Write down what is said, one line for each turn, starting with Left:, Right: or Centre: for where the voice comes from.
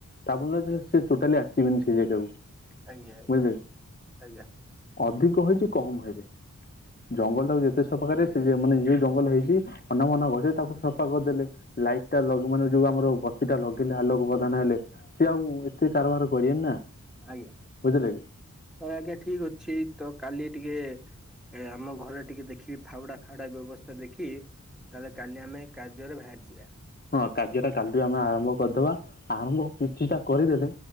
Left: ତାବୋଲି ନୁହେଁ ସେ ଟୋଟାଲି ଆସିବେନି ସେ ଜାଗାକୁ।
Centre: ଆଜ୍ଞା ଆଜ୍ଞା
Left: ବୁଝିଲେ କି
Centre: ଆଜ୍ଞା।
Left: ଅଧିକ ହୋଇଛି କମ୍ ହେବେ ଜଙ୍ଗଲଟାକୁ ଯେତେ ସଫାକରିବେ ସେ ମାନେ ଯୋଉ ଜଙ୍ଗଲ ହେଇଛି ଅନାବନା ଗଛ ତାକୁ ସଫା କରିଦେଲେ। ଲାଇଟା ମାନେ ଯୋଉ ଆମର ବତୀଟା ଲଗେଇଲେ ଆଲୋକ ପ୍ରଦାନ ହେଲେ ସେ ଆଉ ଏତେ କାରବାର କରିବେନି ନା।
Centre: ଆଜ୍ଞା
Left: ବୁଝିଲେ କି?
Centre: ହଁ ଆଜ୍ଞା ଠିକ ଅଛି ତ କାଲି ଟିକେ ଏ ଆମ ଘରେ ଟିକେ ଦେଖିବି ଫାଉଡା ଫାଉଡା ବ୍ୟବସ୍ଥା ଦେଖି ତାଲେ କାଲି ଆମେ କାର୍ଯ୍ୟରେ ବାହାରିଯିବା।
Left: ହଁ କାର୍ଯ୍ୟ ଟା କାଲି ଆମେ ଆରମ୍ଭ କରିଦବା ଆରମ୍ଭ କିଛିଟା କରିଦେଲେ